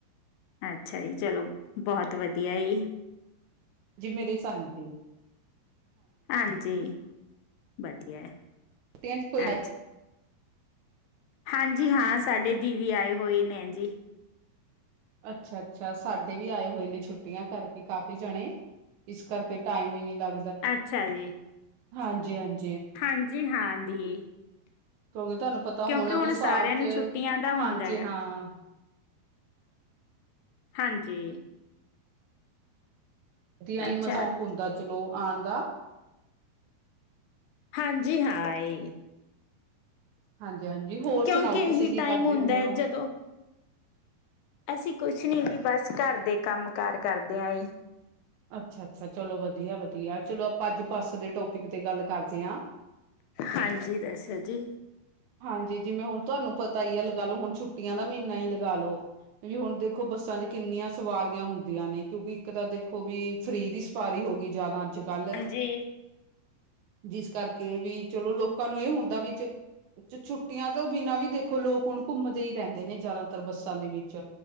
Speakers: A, on the left (about 80°); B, on the right (about 75°).
A: ਅੱਛਾ ਜੀ ਚਲੋ। <unintelligible> ਬਹੁਤ ਵਧੀਆ ਜੀ
B: ਜੀ ਮੇਰੇ ਸਾਨਕੇ <unintelligible>
A: ਹਾਂਜੀ, <unintelligible> ਵਧੀਆ
B: ਤੇਜ ਕੋਈ <unintelligible>
A: ਅੱਛਾ ਹਾਂਜੀ ਹਾਂ ਸਾਡੇ ਦੀਵੀ ਆਏ ਹੋਏ ਨੇ ਜੀ
B: ਅੱਛਾ-ਅੱਛਾ ਸਾਡੇ ਵੀ ਆਏ ਹੋਏ ਨੇ ਛੁੱਟੀਆਂ ਕਰਕੇ ਕਾਫੀ ਜਾਣੇ ਇਸ ਕਰਕੇ ਟਾਈਮ ਵੀ ਨੀ ਲੱਗਦਾ।
A: ਅੱਛਾ ਜੀ।
B: ਹਾਂਜੀ-ਹਾਂਜੀ।
A: ਹਾਂਜੀ ਹਾਂ ਦੀ। <unintelligible>
B: ਕਿਉਂਕਿ ਤੁਹਾਨੂੰ ਪਤਾ
A: ਕਿਉਂਕਿ
B: ਹੁਣ ਵੀ ਸਾਲ
A: ਸਾਰਿਆਂ ਨੂੰ
B: ਚ
A: ਛੁੱਟੀਆਂ ਦਾ ਹੁੰਦਾ
B: ਹਾਂਜੀ
A: ਹੈਗਾ
B: ਹਾਂ।
A: ਹਾਂਜੀ। <unintelligible>
B: ਆ
A: ਅੱਛਾ
B: ਮੈਂ <inaudible> ਸ਼ੌਕ ਹੁੰਦਾ ਚਲੋ ਆਉਣ ਦਾ
A: ਹਾਂਜੀ। ਜੀ ਹਾਂ।
B: ਹਾਂਜੀ-ਹਾਂਜੀ ਹੋਰ
A: ਕਿਉਂਕਿ
B: ਸੁਣਾਓ
A: ਇਹੀ
B: ਤੁਸੀਂ ਕੀ
A: ਟਾਈਮ
B: ਕਰਦੇ
A: ਹੁੰਦਾ
B: ਹੁੰਦੇ
A: ਹੈ
B: ਹੋ?
A: ਜਦੋਂ ਅਸੀਂ ਕੁਛ ਨਹੀਂ। ਵੀ ਬਸ ਘਰ ਦੇ ਕੰਮ ਕਾਰ ਕਰਦੇ ਹਾਂ ਏ।
B: ਅੱਛਾ-ਅੱਛਾ ਚਲੋ ਵਧੀਆ-ਵਧੀਆ ਚਲੋ। ਪੰਜੱਜ ਪਾੱਸ ਦੇ ਟੋਪਿਕ ਤੇ ਗੱਲ <unintelligible> ਕਰਦੇ ਹਾਂ।
A: ਹਾਂਜੀ ਦੱਸੋ ਜੀ।
B: ਹਾਂਜੀ ਜਿਵੇਂ ਹੁਣ ਤੁਹਾਨੂੰ ਪਤਾ ਹੀ ਆ ਲਗਾ ਲਓ ਹੁਣ ਛੁੱਟੀਆਂ ਦਾ ਮਹੀਨਾ ਹੀ ਲਗਾ ਲਓ ਵੀ ਹੁਣ ਦੇਖੋ ਬੱਸਾਂ ਚ ਕਿੰਨੀਆਂ ਸਵਾਰੀਆਂ ਹੁੰਦੀਆਂ ਨੇ। ਕਿਉਂਕਿ ਇੱਕ ਤਾਂ ਦੇਖੋ ਵੀ ਫਰੀ ਦੀ ਸਵਾਰੀ ਹੋ ਗਈ ਜਿਆਦਾ ਅੱਜ। ਕੱਲ੍ਹ
A: ਹਾਂਜੀ।
B: ਜਿਸ ਕਰਕੇ ਵੀ ਚਲੋ ਲੋਕਾਂ ਨੂੰ ਇਹ ਹੁੰਦਾ ਵੀ ਛੁੱਟੀਆਂ ਤੋਂ ਉਹ ਬਿਨਾਂ ਵੀ ਦੇਖ ਦੇਖੋ ਲੋਕ ਹੁਣ ਘੁੰਮਦੇ ਹੀ ਰਹਿੰਦੇ ਨੇ ਜ਼ਿਆਦਾਤਰ ਬੱਸਾਂ ਦੇ ਵਿੱਚ